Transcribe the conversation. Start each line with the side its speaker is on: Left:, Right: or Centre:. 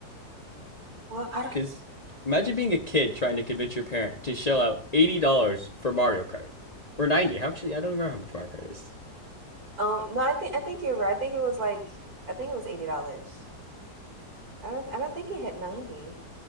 Right: Well, I don't.
Left: cuz imagine being a kid trying to convince your parent to shell out $80 for Mario Kart or 90. How actually I don't remember how much Mario Kart is.
Right: Um, no, I think I think you're right. I think it was like I think it was eighty dollars. I don't I don't think it hit ninety.